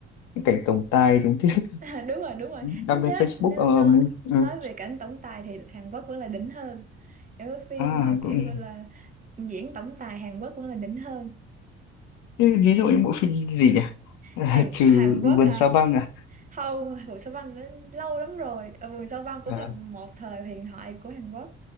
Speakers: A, on the left; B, on the right.
A: những cảnh tổng tài tình tiết
B: <laughs> À, đúng rồi đúng
A: <laughs>
B: rồi
A: đăng
B: nếu
A: lên Facebook
B: nếu
A: ờ,
B: nói
A: ờ, mình ờ.
B: nói về cảnh tổng tài thì Hàn Quốc vẫn là đỉnh hơn kiểu cái phim
A: à
B: mà kiểu
A: cũng
B: gọi là diễn tổng tài Hàn Quốc vẫn là đỉnh hơn
A: thế ví dụ như bộ phim gì nhỉ <laughs> À,
B: Hàn
A: trừ
B: Hàn Quốc
A: vườn
B: hả
A: sao băng à,
B: không Vườn Sao Băng nó lâu lắm rồi Ờ, Vườn Sao Băng cũng
A: à
B: là một thời huyền thoại của Hàn Quốc